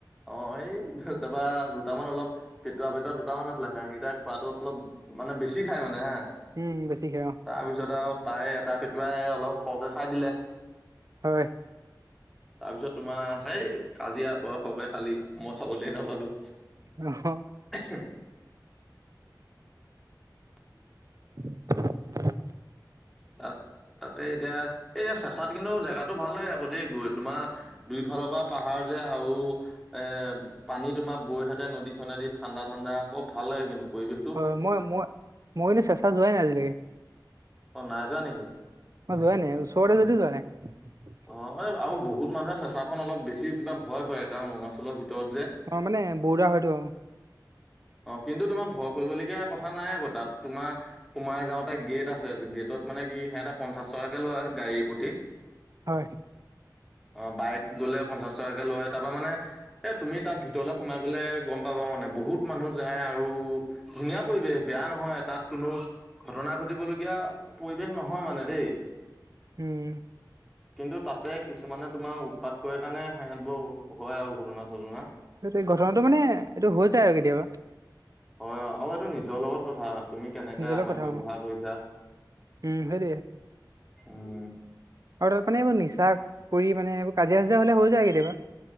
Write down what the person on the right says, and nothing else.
উম বেছিকে অ
হয়।
অহ'।
<unintelligible>
হয় মই মই মই কিন্তু চেচা যোৱাই নাই আজিলৈকে।
মই যোৱাই নাই, ওচৰতে যদি যোৱা নাই।
অ', মানে বৰ্ডাৰ হয়টো।
হয়।
উম।
হেইটো ঘটনাটো মানে এইটো হৈ যায় আৰু কেতিয়াবা।
নিজৰ লগত
কথা
উম সেইটোৱে
আৰু তাত মানে এইবোৰ নিচা কৰি মানে এইবোৰ কাজিয়া চাজিয়া হ'লে হৈ যায় কেতিয়াবা।